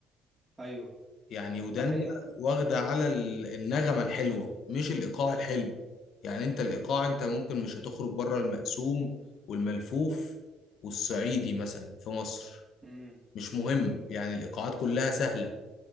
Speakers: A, on the right; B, on the left.
A: ايوه
B: يعني ودنا
A: ده حقيقي على فكرة
B: واخدة على ال- النغمة الحلوة مش الايقاع الحلو
A: ايوه
B: يعني انت الايقاع انت ممكن مش هتخرج بره المقسوم والملفوف والصعيدي مثلا في مصر
A: امم
B: مش مهم يعني الايقاعات كلها سهله